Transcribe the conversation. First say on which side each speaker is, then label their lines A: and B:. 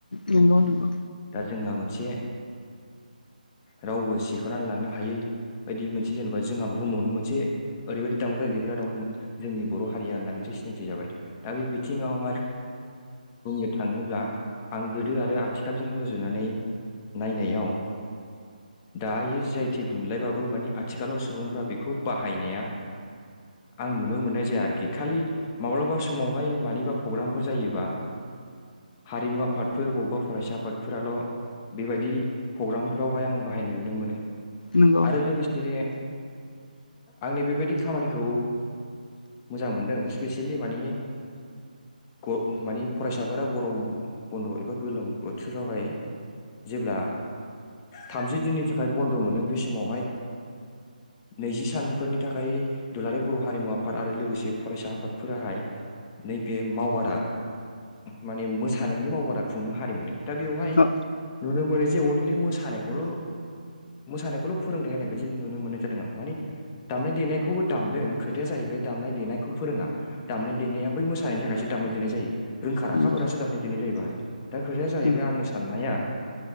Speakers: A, on the left (about 70°); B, on the left (about 20°).
A: नंगौ नंगौ
B: दा जोंहा मोनसे रावबो स दिखांनानै लांनो हायै बायदि मोनसे जेनेबा जोंहा बुहुमावनो मोनसे ओरैबायदि दामग्रा देग्रा दं जोंनि बर' हारिया होननानै मोनसे सिनायथि जाबाय दा बे बिथिङावहाय बुंनो थाङोब्ला आं गोदो आरो आथिखालजों रुजुनानै नायनायाव दायो जि आइ टेक मोनलायबाबो मानि आथिखालाव सुबुंफोरा बेखौ बाहायनाया आं नुनो मोननाय जाया आरोखि खालि माब्लाबा समावहाय मानिबा प्रग्रामफोर जायोबा हारिमु आफादफोर बबेबा फरायसा आफादफोराल बेबायदि प्रग्रामफोरावहाय आं बाहायनो नो मोनो
A: नंगौ
B: आरो लोगोसे आंनि बेबायदि खामानिखौ मोजां मोनदों स्पेसियेलि मानिे मानिे ग मानेफरायसाफोरा गरम बन्द एबा गोलोम बोथोरावहाय जेब्ला थामजि दिननि थाखाय बन्द मोनो बे समावहाय नैजि सानफोरनि थाखाय दुलाराय बर हारिमु आफाद आरो लोगोसे फरायसा आफादफोराहाय नैबे मावबादा माने मोसानायनि मावबादा खुङो हारिमुनि दा बेवहाय
A: औ
B: नुनो मोनो जे अनलि मोस खानायखौल मोसानायखौल फोरोंथाय होनाय बायदि नुनो मोननाय जादों आं माने दामनाय देनायखौबो दामदों खोथाया जाहैबाय दामनाय देनायखौ फोरोङा दामनाय देनाया बै मोसानायानि थाखायसो दामनाय देनाय जायो रोंखा राखाफोरासो
A: नंगौ
B: दामनाय देनाय जायो बाहाय दा खोथाया जाहैबाय
A: नंगौ औ
B: आंनि साननाया